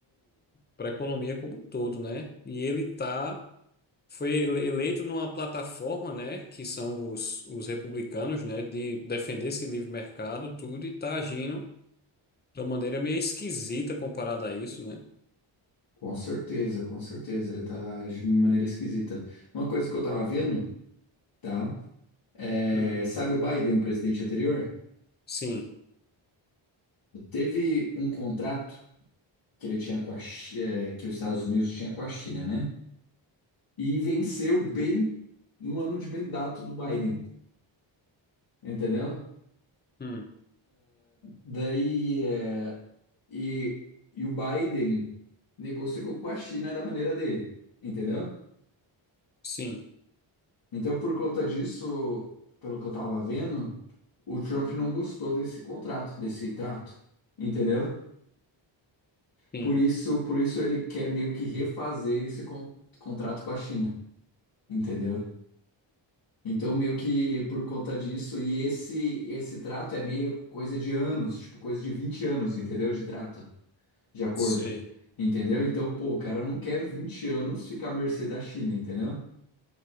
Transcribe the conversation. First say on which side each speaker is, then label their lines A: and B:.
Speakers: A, on the left (about 20°); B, on the left (about 75°).
A: para a economia como um todo, né? E ele tá, foi ele- eleito numa plataforma, né, que são os, os republicanos, né, de defender esse livre mercado, tudo, e tá agindo de uma maneira meio esquisita comparada a isso, né?
B: Com certeza, com certeza. Ele tá agindo de uma maneira esquisita. Uma coisa que eu tava vendo, tá? É,
A: Hum,
B: sabe o Biden, o presidente anterior?
A: sim,
B: Teve um contrato que ele tinha com a, Chi- é, que os Estados Unidos tinha com a China, né? E venceu bem no ano de mandato do Biden, entendeu?
A: hum,
B: Daí, é, e, e o Biden negociou com a China da maneira dele, entendeu?
A: sim,
B: Então, por conta disso, pelo que eu tava vendo. o Trump não gostou desse contrato, desse trato, entendeu?
A: sim,
B: Por isso, por isso ele quer meio que refazer esse con- contrato com a China, entendeu? Então, meio que por conta disso, e esse esse trato é meio coisa de anos, tipo coisa de 20 anos, entendeu? De trato, de acordo,
A: sei,
B: entendeu? Então, pô, o cara não quer 20 anos ficar à mercê da China, entendeu?